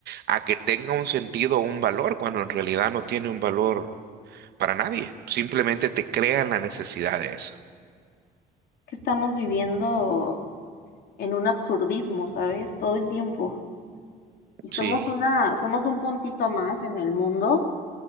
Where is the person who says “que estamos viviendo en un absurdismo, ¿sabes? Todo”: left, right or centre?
Left